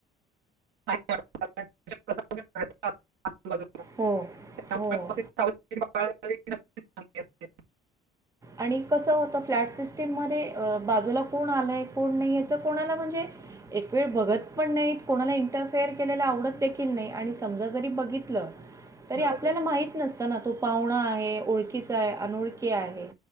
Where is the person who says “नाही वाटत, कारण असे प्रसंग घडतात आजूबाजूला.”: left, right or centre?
Right